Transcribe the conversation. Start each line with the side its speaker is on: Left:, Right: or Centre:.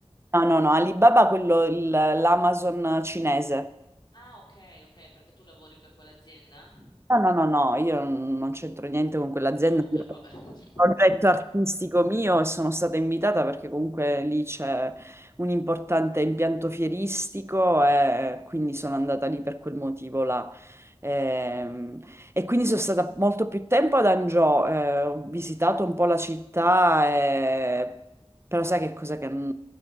Right: No, no, no, Alibaba, quello, il- l'Amazon cinese.
Left: Ah, ok, ok, perché tu lavori per quell'azienda?
Right: No, no, no, no, io non c'entro niente con quell'azienda.
Left: Ah, ok,
Right: Io-
Left: vabbè. <laughs>
Right: Progetto artistico mio e sono stata invitata perché comunque lì c'è un importante impianto fieristico e quindi sono andata lì per quel motivo là. Ehm, E, quindi sono stata molto più tempo ad Angio, ho visitato un po' la città, e- però sai che cosa che... non